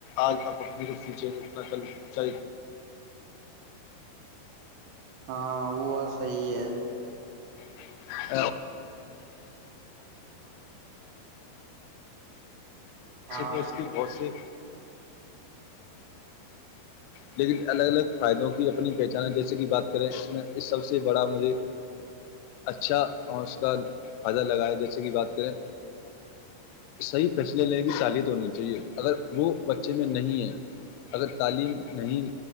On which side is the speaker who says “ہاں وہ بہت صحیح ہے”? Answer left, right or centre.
Right